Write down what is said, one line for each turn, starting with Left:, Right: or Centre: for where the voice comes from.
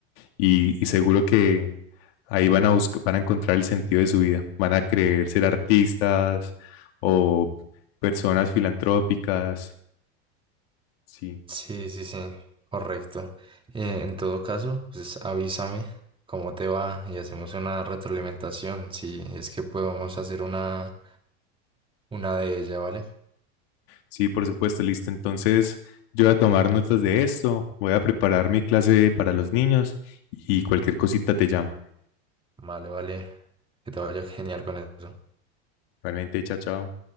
Left: Y, y seguro que ahí van a buscar, van a encontrar el sentido de su vida. Van a querer ser artistas o personas filantrópicas. Sí.
Right: Sí, sí, sí, correcto. Eh, en todo caso, pues avísame cómo te va y hacemos una retroalimentación, si es que podemos hacer una, una de ella, ¿vale?
Left: Sí, por supuesto, listo. Entonces, yo voy a tomar notas de esto, voy a preparar mi clase para los niños y cualquier cosita te llamo.
Right: Vale, vale, que te vaya genial con eso.
Left: Realmente, chao, chao.